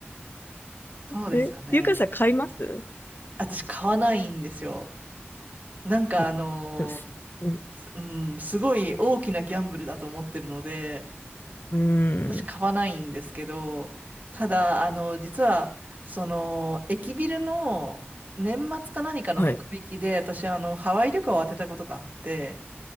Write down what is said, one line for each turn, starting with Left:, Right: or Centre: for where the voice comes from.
Right: そうですよね。
Left: え、ゆかさん、買います
Right: 私買わないんですよ。なんかあの
Left: うんでもすうん。
Right: ーすうん、すごい大きなギャンブルだと思ってるので、
Left: うー
Right: 私買わないんですけど、
Left: ん。
Right: ただ、あの、実は、その、駅ビルの年末か何かの福引きで、
Left: はい。
Right: 私、あの、ハワイ旅行を当てたことがあって、